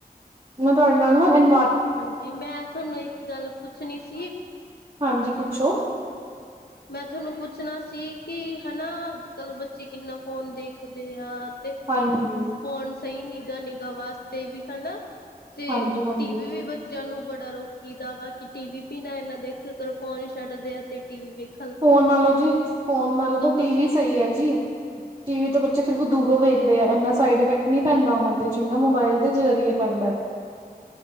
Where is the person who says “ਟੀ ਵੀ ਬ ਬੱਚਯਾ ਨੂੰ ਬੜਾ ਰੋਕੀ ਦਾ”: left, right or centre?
Left